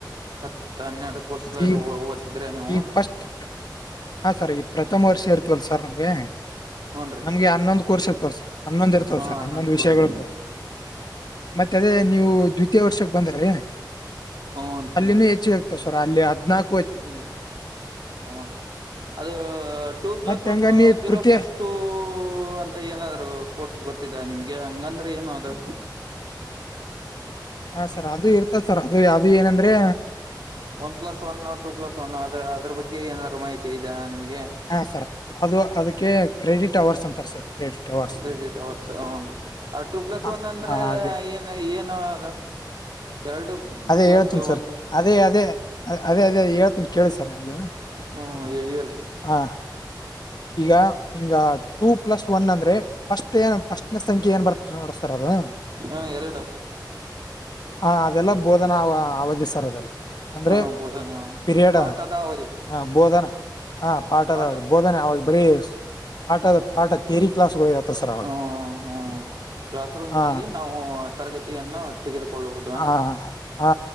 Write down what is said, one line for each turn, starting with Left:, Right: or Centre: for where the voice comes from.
Right: ಹತ್ ಹನ್ನೆರಡಕ್ ವರ್ಷ
Left: ಈ
Right: ಓದ್ತಿದ್ರ ನೀವು.
Left: ಈ ಫಸ್ಟ್ ಹಾ ಸರ್ ಈ ಪ್ರಥಮ ವರ್ಷ ಇರ್ತವಲ್ ಸರ್ ನಮ್ಗೆ.
Right: ಹೂನ್ ರೀ
Left: ನಮ್ಗೆ ಹನ್ನೊಂದು ಕೋರ್ಸ್ ಇರ್ತಾವ ಸರ್ ಹನ್ನೊಂದ್ ಇರ್ತಾವ
Right: ಹಾ
Left: ಸರ್
Right: ಹನ್ನೊಂದ್
Left: ಹನ್ನೊಂದು
Right: ಕೋರ್ಸ್
Left: ವಿಷಯಗಳು ಇರ್ತಾವ ಸರ್. ಮತ್ತ ಅದೇ ನೀವು ದ್ವಿತೀಯ ವರ್ಷಕ್ ಬಂದ್ರೀ
Right: ಹೂನ್
Left: ಅಲ್ಲಿನ ಹೆಚ್ಚಿಗೆ. <unintelligible> ಸರ್ ಅಲ್ಲಿ ಹದ್ನಾಕ್
Right: ಹ ಅದು ಟೂ ಪ್ಲಸ್
Left: ಮತ್ ಹೆಂಗ
Right: ಒನ್
Left: ನೀ
Right: ಜೀರೋ
Left: ತೃತೀಯ
Right: ಪ್ಲಸ್ ಟೂ ಅಂತ ಏನಾದ್ರು ಕೋರ್ಸ್ ಗೊತ್ತಿದ್ದ ನಿಮ್ಗೆ ಹಂಗಂದ್ರೆ ಏನ ಅದು?
Left: ಹಾ ಸರ್ ಅದು ಇರ್ತದೆ ಸರ್ ಅದು <unintelligible> ಏನಂದ್ರೆ?
Right: One plus one two plus one ಅದ ಅದ್ರ ಬಗ್ಗೆ ಏನಾದಾರ ಮಾಹಿತಿ ಇದೆಯಾ ನಿಮಗೆ?
Left: ಹಾ ಸರ್ ಅದು ಅದಕ್ಕೆ ಕ್ರೆಡಿಟ್ ಅವರ್ಸ್ ಅಂತಾರೆ sir credit hours
Right: credit hours ಹಾನ್ರಿ ಆ ಟೂ ಪ್ಲಸ್
Left: ಹ
Right: ಒನ್ ಅಂದ್ರೆ
Left: ಹ ಅದೇ
Right: ಏ <unintelligible> ಏನ ಅದ ಎರಡು
Left: ಅದೇ
Right: ಪ್ಲಸ್
Left: ಹೇಳ್ತೀನಿ ಸರ್
Right: ಒಂದು
Left: ಅದೇ ಅದೇ ಅದೇ ಅದೇ ಹೇಳ್ತೀನಿ? ಕೇಳಿ ಸರ್ ಮೊದಲು
Right: ಹ್ಮ್ ಹೇಳ್ರಿ
Left: ಹಾ ಈಗ ಹಿಂಗ ಟೂ ಪ್ಲಸ್ ಒನ್ ಅಂದ್ರೆ? ಫಸ್ಟ ಏನ್ ಫಸ್ಟ್ನ ಸಂಖ್ಯೆ ಏನ್ ಬರ್ತ ನೋಡಸರ್ ಅದು?
Right: ಹ ಎರಡು
Left: ಹ ಅದೆಲ್ಲ ಬೋಧನಾ ಅವ ಅವಧಿ ಸರ್ ಅದೆಲ್ಲ ಅಂದ್ರೆ
Right: ಹಾ ಬೋಧನೆ
Left: ಪಿರಿಯಡ.
Right: ಪಾಠದ ಅವಧಿ
Left: ಹಾ ಬೋಧನಾ ಹಾ ಪಾಠದ
Right: ಪಾಠ
Left: ಬೋಧನೆ ಅವಾಗ ಬರೀ ಪಾಠದ <unintelligible> ಥಿಯರಿ <unintelligible> ಸರ್ ಅವಾಗ
Right: ಹ್ಮ್ ಹ್ಮ್ ಕ್ಲಾಸ್ ರೂಮ್
Left: ಆ
Right: ನಲ್ಲಿ ನಾವು ತರಗತಿಯನ್ನ ತೆಗೆದುಕೊಳ್ಳಬಹುದು ಅಂತ್
Left: ಹಾ ಹಾ